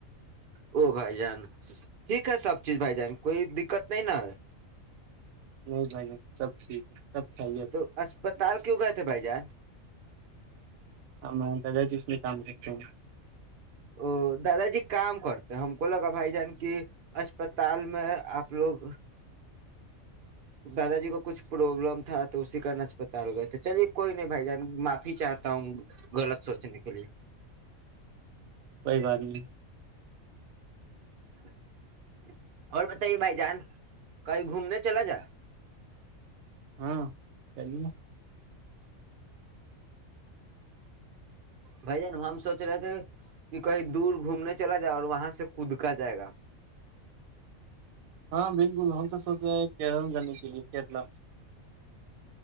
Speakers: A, on the right; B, on the right.
A: او بھائی جان ٹھیک ہے سب چیز بھائی جان کوئی دقت نہیں نا ہے
B: نہیں بھائی گ سب ٹھیک ہے سب کھاہیے پھر
A: تو اسپتال کیوں گئے تھے بھائی جان
B: ہم دادا جی اس میں کام کر رہے ہیں
A: ا دادا جی کام کرتے ہم کو لگا بھائی جان کی اسپتال میں آپ لوگ دادا جی کو کچھ پروابلم تھا تو اسی کن اسسپتال گئے تھے چلیے کوئی نہیں بھائی جان معافی چاہتا ہوں غلط سوچنے کے لیے
B: کوئی بات نہیں
A: <unintelligible> اور بتائیے بھائی جان کہیں گھومنے چلا جا
B: ہاں چلیے
A: بھائی جان ہم سوچ رہے تھے کہ کہیں دور گھومنے چلا جائے اور وہاں سے خود کا جائے گا
B: ہاں بالکل ہم تو سوچ رہے ہیں کیرلا جانے کے لیے کیرلا